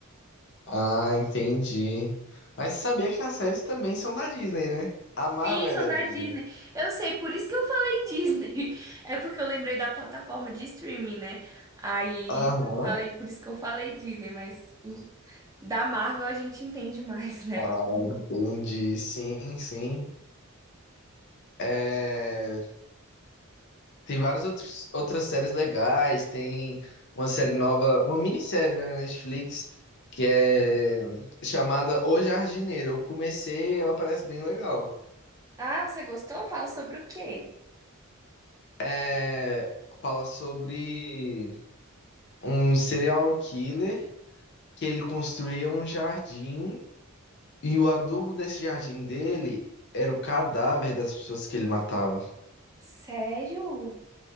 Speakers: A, on the left (about 50°); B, on the right (about 15°).
A: Ah, entendi. Mas você sabia que as séries também são da Disney, né? A Marvel
B: Sim,
A: é
B: são
A: da
B: da
A: Disney.
B: Disney. Eu sei, por isso que eu falei Disney. <laughs> É porque eu lembrei da plataforma de streaming, né? Aí
A: Aham.
B: eu falei, por isso que eu falei Disney, mas os- da Marvel a gente entende <laughs> mais, né?
A: Ah, entendi. Sim, sim. É, Tem várias outros outras séries legais. Tem uma série nova, uma minissérie né, na Netflix, que é chamada O Jardineiro. Eu comecei, ela parece bem legal.
B: Ah, você gostou? Fala sobre o quê?
A: É, Fala sobre um serial killer que ele construía um jardim. E o adubo desse jardim dele era o cadáver das pessoas que ele matava.
B: Sério?